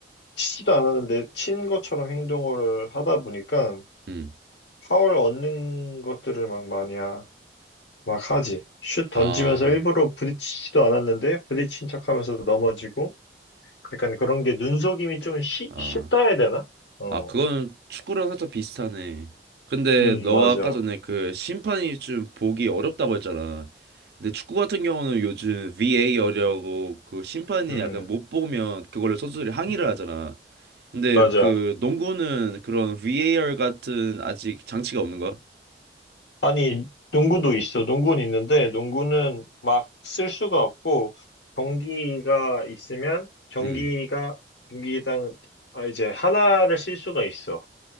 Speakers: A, on the left; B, on the right.
A: 치지도 않았는데 친 것처럼 행동을 하다 보니까
B: 음,
A: 파울 얻는 것들을 막 많이 하, 막 하지. 슛 던지면서
B: 아,
A: 일부러 부딪히지도 않았는데 부딪힌 척하면서 넘어지고 약간 그런 게 눈속임이 좀 쉬,
B: 아.
A: 쉽다 해야 되나? 어,
B: 아, 그건 축구랑 살짝 비슷하네. 근데
A: 음
B: 너가
A: 맞아.
B: 아까 전에 그 심판이 좀 보기 어렵다고 했잖아. 근데 축구 같은 경우는 요즘 VAR이라고 그 심판이
A: 음.
B: 약간 못 보면 그걸로 선수들이 항의를
A: 음.
B: 하잖아. 근데
A: 맞아.
B: 그 농구는 그런 VAR 같은 아직 장치가 없는 거야?
A: 아니, 농구도 있어. 농구는 있는데, 농구는 막 쓸 수가 없고, 경기가 있으면, 경기가,
B: 음.
A: 경기당, 아, 이제 하나를 쓸 수가 있어.